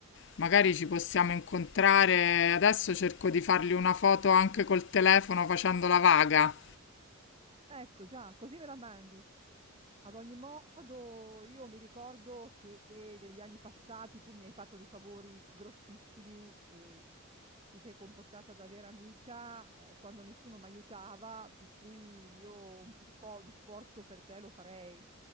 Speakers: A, on the left; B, on the right.
A: Magari ci possiamo incontrare. Adesso cerco di fargli una foto anche col telefono facendo la vaga.
B: Ecco già, così me la mandi. Ad ogni modo, io mi ricordo che negli anni passati tu mi hai fatto dei favori grossissimi e ti sei comportata da vera amica, eh, quando nessuno mi aiutava, per cui io un un po' di sforzo per te lo farei.